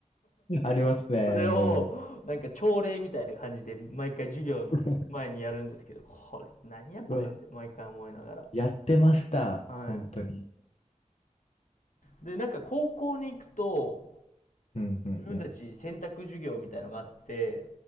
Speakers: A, on the left; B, on the left.
A: ありますね、
B: それを、
A: も
B: なんか朝礼みたいな感じで、毎回授業の前にやるんですけど、
A: う。
B: これ、何やこれって毎回思いながら。
A: うわ、やってました。
B: はい。
A: 本当に。
B: で、なんか高校に行くと、
A: うん、うん、
B: 自分たち選択授業みたいのがあって、
A: うん。